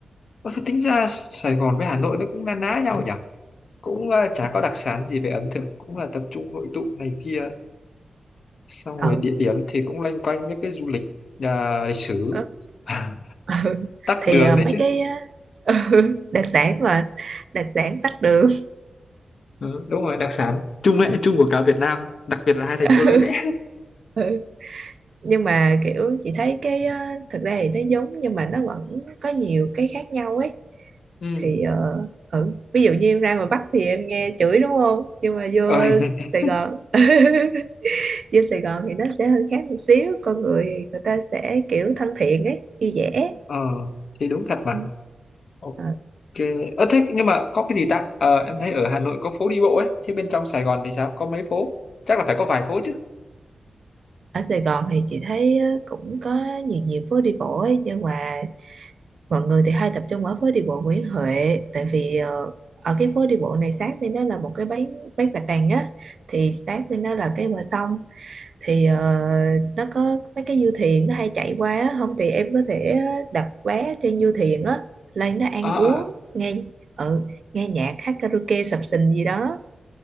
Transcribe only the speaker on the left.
Ủa, thế tính ra Sài Gòn với Hà Nội nó cũng na ná nhau nhỉ? Cũng ờ, chả có đặc sản gì về ẩm thực, cũng là tập trung hội tụ này kia. Xong
rồi địa điểm thì cũng loanh quanh với cái du lịch à, lịch sử.
<laughs>
Tắc
đường
đấy
chứ.
Ừ, đúng rồi, đặc sản chung đấy, chung của cả Việt Nam, đặc biệt là hai thành
phố lớn đấy.
Ừ.
Ờ, <laughs>
ờ, thì đúng thật mà.
Ok.
Ờ thế nhưng mà có cái gì ta? Ờ, em thấy ở Hà Nội có phố đi bộ ấy, thế bên trong Sài Gòn thì sao? Có mấy phố? Chắc là phải có vài phố chứ.
Ờ
ờ.